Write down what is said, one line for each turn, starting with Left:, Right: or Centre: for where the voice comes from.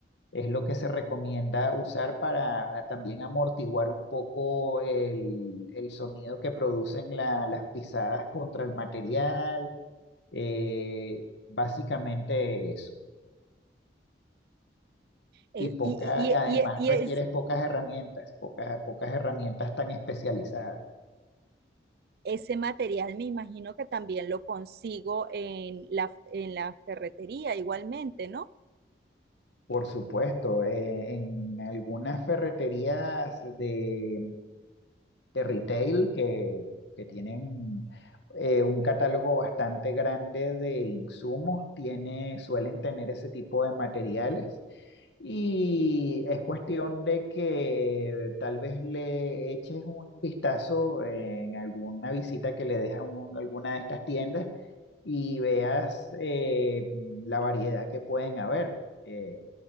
Left: Es lo que se recomienda usar para también amortiguar un poco el, el sonido que producen la- las pisadas contra el material. eh, básicamente eso.
Right: Eh,
Left: Y poca,
Right: Y,
Left: además
Right: y- y- y
Left: requieres
Right: es-
Left: pocas herramientas, pocas, pocas herramientas tan especializadas.
Right: ese material me imagino que también lo consigo en la, en la ferretería igualmente, ¿no?
Left: Por supuesto, eh, en algunas ferreterías de de retail que, que tienen eh, un catálogo bastante grande de insumos, tiene, suelen tener ese tipo de materiales y es cuestión de que tal vez le eches un vistazo en alguna visita que le dejas a un- alguna de estas tiendas y veas eh, la variedad que pueden haber eh,